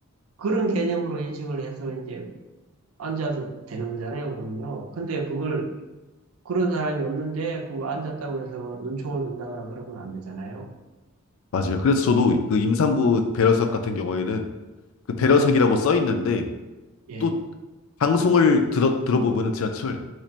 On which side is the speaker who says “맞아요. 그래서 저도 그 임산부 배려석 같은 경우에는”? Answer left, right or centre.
Left